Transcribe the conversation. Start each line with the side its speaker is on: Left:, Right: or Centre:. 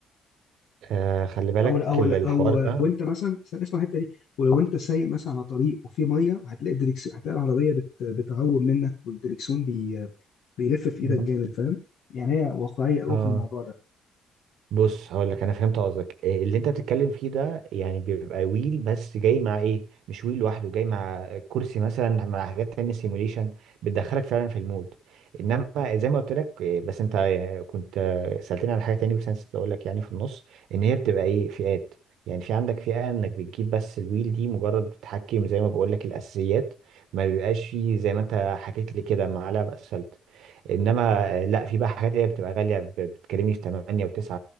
Right: آه خلي بالك
Left: او او
Right: ال-
Left: او
Right: الحوار ده
Left: او انت مثلا استنى اسمع الحته دي ولو انت سايق مثلا على طريق وفي ميه هتلاقي الدريكسون هتلاقي العربيه بت... بتعوم منك والدريكسون بي... بيلف في ايدك
Right: مم.
Left: جامد فاهم يعني هي واقعيه قوي
Right: اه
Left: في الموضوع ده
Right: بص هقول لك انا فهمت قصدك إيه اللي انت بتتكلم فيه ده يعني بيبقى ويل بس جاي مع ايه مش ويل لوحده جاي مع كرسي مثلا مع حاجات تانية سيموليشن بتدخلك فعلا في المود انما زي ما قلت لك إيه، بس انت كنت سألتني على حاجة تانية بس انا نسيت اقول لك يعني في النص ان هي بتبقى ايه فئات يعني في عندك فئة انك بتجيب بس الويل دي مجرد بتحكم زي ما بقول لك الاساسيات ما بيبقاش فيه زي ما انت حكيت لي كده معلقة بأسفلت انما آه، لا في بقى حاجات هي بتبقى غالية ب- بتكلمني في 8 و9